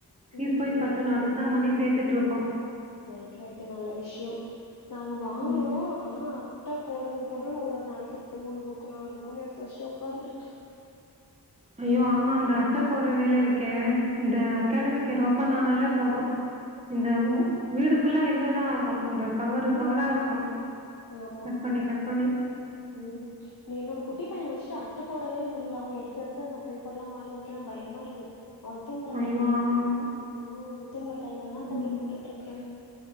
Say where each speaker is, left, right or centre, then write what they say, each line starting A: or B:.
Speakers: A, on the right (about 15°); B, on the left (about 55°).
A: பீஸ்
B: ம்
A: போய் கட்டணு அதுதா மனிஷ் சேர்த்துட்டு இருக்கோ
B: நைட்டு ரைட்டு நல்ல விஷ்யோ நாங்க வாங்கனோ
A: ம்.
B: ஆனா அட்ட போடணு போடணு ஒரு நாளைக்கு மூணு புக்கு நாலு புக்குன்னு எடுத்து வச்சிட்டு உக்காந்துருக்கு
A: ஐயோ ஆமா அந்த அட்ட போடுற வேல இருக் க்கே இந்த அக்காடமிக்க
B: ம்
A: ரோபன் நானாலே போது இந்த வு வீடு ஃபுல்லா எதுவேதா போதுண்டா கவரு
B: ம்
A: கவரா இருக்கு
B: ஆமா
A: கட் பண்ணி கட் பண்ணி
B: ம் நீ என்னோட குட்டி பையன வச்சுட்டு அட்ட போடவே முடியல அவ எடுத்து எடுத்து அந்த பேப்பர்ல்லா வாயில வைக்கிறா பயமா இருக்கு அவன் தூங்குற
A: ஐயோ!
B: டைம்ல
A: ஆமாமா.
B: ம் அவன் தூங்குற டைம்ல தா
A: ம்.
B: போட்டுட்டு போட்டுட்டுருக்கே